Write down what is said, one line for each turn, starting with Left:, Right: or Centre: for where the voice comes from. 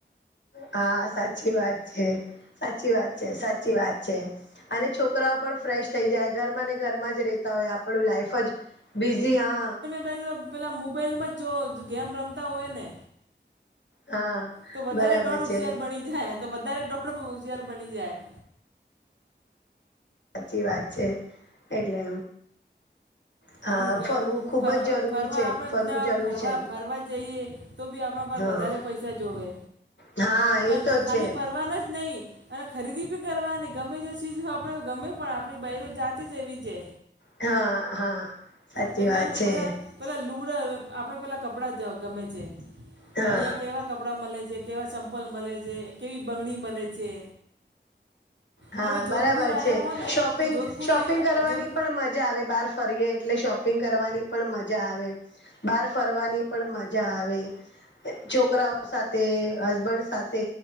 Left: હા સાચી વાત છે સાચી વાત છે સાચ સાી વાત છે અને છોકરાઓ પણ ફ્રેશ થઈ જાય ઘરમાં ને ઘરમાં જ રે તોય આપણું લાઈફ જ બિઝી હા.
Right: પેલો પેલા મોબાઈલમાં જ જો ગેમ રમતા હોય ને.
Left: હા
Right: તો વધારે
Left: બરાબર
Right: દોઢ હોશિયાર
Left: છે
Right: બની જાય તો વધારે દોઢ હોશિયાર બની જાય.
Left: સાચી વાત છે એટલે હા
Right: એકલી
Left: ફરવું
Right: જાઉ
Left: ખુબ
Right: ફરવા
Left: જ જરૂરી
Right: ફરવા
Left: છે
Right: આપડે
Left: ફરવું
Right: આમ
Left: જરૂરી
Right: ફરવા
Left: છે.
Right: ફરવા જઈએ. તો બી આપણા બાર
Left: હા
Right: વધારે પૈસા જોવે.
Left: હા એ
Right: કેમ
Left: તો
Right: કે ખાલી
Left: છે
Right: ફરવાના જ નહી અને ખરીદી ભી કરવાની. ગમે જે ચીજ હો આપણે ગમે પણ આપણી બાઈરો જાતે જ એવી છે.
Left: હા. હા. સાચી
Right: કે કેમ
Left: વાત
Right: તો
Left: છે
Right: બધા પેલા લુગડા આપડે પેલા કપડા ગમે છે.
Left: હા
Right: કે અહીંયા કેવા કપડાં મળે છે કેવા ચમપલ મળે છે કેવી બંગણી મળે છે.
Left: હા
Right: તમે જોધપુર
Left: બરાબર
Right: આવ્યા
Left: છે
Right: હો ને
Left: શોપિંગ
Right: તો જોધપુરી
Left: શોપિંગ કરવાની
Right: જોધ
Left: પણ મજા આવે બાર. ફરીએ એટલે શોપિંગ કરવાની પણ મજા આવે. બહાર ફરવાની પણ મજા આવે. છોકરાઓ સાથે હસબન્ડ સાથે